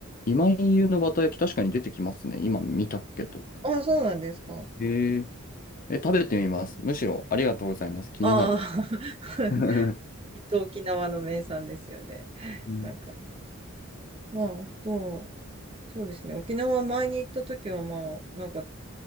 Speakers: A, on the left; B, on the right.
A: 今井優のバター焼き、確かに出てきますね。今見たけど。
B: あ、そうなんですか。
A: へえ。え、食べてみます。むしろありがとうございます。気になる。
B: ああ。<laughs>
A: <laughs>
B: きっと沖縄の名産ですよね。
A: うん。
B: なんか。まあ、まあと、そうですね。沖縄前に行った時は、まあ、なんか、